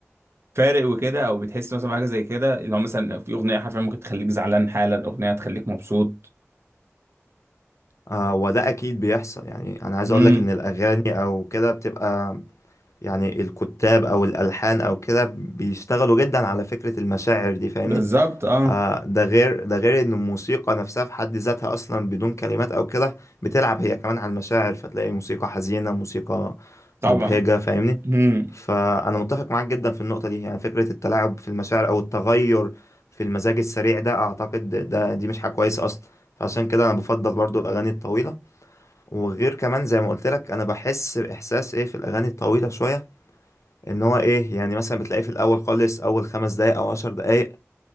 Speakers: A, on the right; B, on the left.
A: فارق وكده او بتحس مثلا بحاجة زي كده اللي هو مثلا في اغنية حرفيا ممكن تخليك زعلان حالا اغنية تخليك مبسوط
B: آه وده اكيد بيحصل يعني انا عايز
A: امم
B: اقول لك ان الاغاني او كده بتبقى يعني الكتاب او الالحان او كده بيشتغلوا جدا على فكره المشاعر دي فاهمني
A: بالظبط اه
B: آه، ده غير ده غير ان الموسيقى نفسها في حد ذاتها اصلا بدون كلمات او كده بتلعب هي كمان على المشاعر فتلاقي موسيقى حزينة موسيقى
A: طبعا
B: مبهجة فاهمني
A: امم
B: فانا متفق معاك جدا في النقطة دي يعني فكرة التلاعب في المشاعر او التغير في المزاج السريع ده اعتقد ده دي مش حاجة كويسة اصلا فعشان كده انا بفضل برضو الاغاني الطويلة وغير كمان زي ما قلت لك انا بحس باحساس ايه في الاغاني الطويلة شوية ان هو ايه يعني مثلا بتلاقي في الاول خالص اول خمس دقايق او عشر دقايق